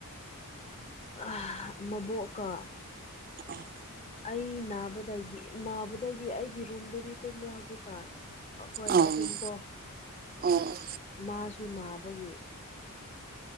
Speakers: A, on the left; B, on the right.
A: ꯑ ꯃꯕꯣꯛꯀꯥ
B: ꯑ <unintelligible>
A: ꯑꯩ ꯅꯥꯕꯗꯒꯤ ꯅꯥꯕꯗꯒꯤ ꯑꯩꯒꯤ ꯔꯨꯝꯗꯗꯤ ꯇꯨꯝꯃꯦ ꯍꯧꯖꯤꯛꯀꯥꯟ ꯑꯩꯈꯣꯏ
B: ꯑꯣ
A: ꯑꯍꯨꯝꯀꯣ
B: ꯑꯣ
A: ꯃꯥꯁꯨ ꯅꯥꯕꯒꯤ